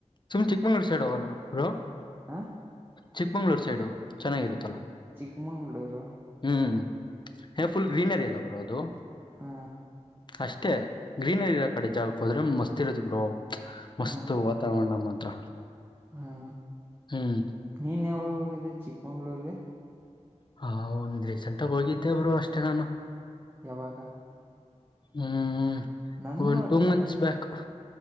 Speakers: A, on the left; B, on the right.
A: ಸುಮ್ಮ್ ಚಿಕ್ಕ್ಮಂಗಳೂರು ಸೈಡ್ ಓಗನ ಬ್ರೋ.
B: ಹಾ
A: ಚಿಕ್ಕಮಂಗಳೂರು ಸೈಡು ಚೆನ್ನಾಗಿರುತ್ತಲ್ಲ.
B: ಚಿಕ್ಕಮಗ್ಳೂರು.
A: ಹ್ಮ್ ಫುಲ್ ಗ್ರೀನರಿ ಅಲ್ಲ ಬ್ರೋ ಅದು.
B: ಹಾ
A: ಅಷ್ಟೇ ಗ್ರೀನರಿ ಇರ ಕಡೆ ಜಾಗಕ್ಕ್ ಹೋದ್ರೆ ಮಸ್ತ್ ಇರದ ಬ್ರೋ. ಮಸ್ತ್
B: ಹಾ
A: ವಾತಾವರಣ ಮಾತ್ರ
B: ಹಾ
A: ಹ್ಮ್
B: ನೀನ್ ಯಾವಾಗ ಹೋಗಿದೆೆ ಚಿಕ್ಮಂಗ್ಳೂರ್ಗೆ.
A: ಹ ಒಂದ್ ರೀಸೆಂಟಾಗ್ ಹೋಗಿದ್ದೆ ಬ್ರೊ ಅಷ್ಟೇ ನಾನು.
B: ಯಾವಾಗ
A: ಹ್ಮ್
B: ನನ್ನ
A: ಒಂದ್ two
B: bit
A: months back.